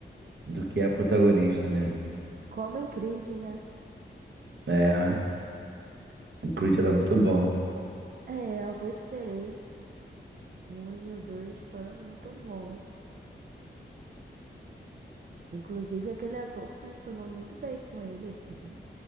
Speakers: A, on the right; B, on the right.
A: do que é protagonista, né?
B: Como em crise, né?
A: É, o Creed era muito bom.
B: É, eu gostei. O Um e o dois foram muito bons. Inclusive, aquele ator funcionou muito bem com ele, assim.